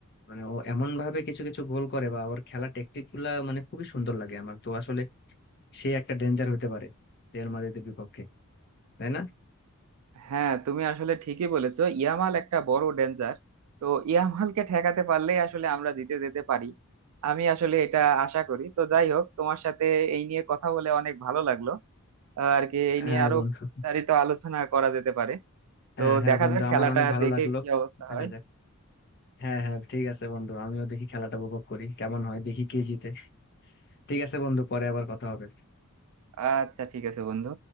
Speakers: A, on the left; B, on the right.
A: মানে ও এমন ভাবে কিছু কিছু গোল করে বা ওর খেলা টেকটিক গুলা মানে খুবই সুন্দর লাগে আমার তো আসলে সে একটা ডেঞ্জার হতে পারে রিয়াল মাদ্রিদের বিপক্ষে তাই না
B: হ্যাঁ তুমি আসলে ঠিকই বলেছো ইয়ামাল একটা বড় ডেঞ্জার তো ইয়ামালকে ঠেকাতে পারলেই আসলে আমরা জিতে যেতে পারি আমি আসলে এটা আশা করি তো যাই হোক তোমার সাথে এই নিয়ে কথা বলে অনেক ভালো লাগলো আহ, আর কি এই নিয়ে
A: হ্যাঁ
B: আরো
A: বন্ধু
B: বিস্তারিত আলোচনা করা যেতে পারে তো
A: হ্যাঁ হ্যাঁ
B: দেখা
A: বন্ধু
B: যাক খেলাটা
A: আমার অনেক ভালো
B: দেখে
A: লাগলো
B: কি অবস্থা
A: দেখা
B: হয়
A: যাক হ্যাঁ হ্যাঁ ঠিক আছে বন্ধু আমিও দেখি খেলাটা উপভোগ করি কেমন হয় দেখি কে জিতে ঠিক আছে বন্ধু পরে আবার কথা হবে
B: আচ্ছা ঠিক আছে বন্ধু